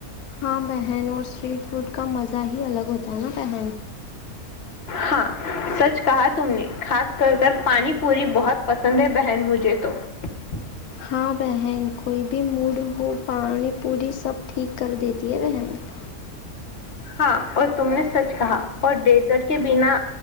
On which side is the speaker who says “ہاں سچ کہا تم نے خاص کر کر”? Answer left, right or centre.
Left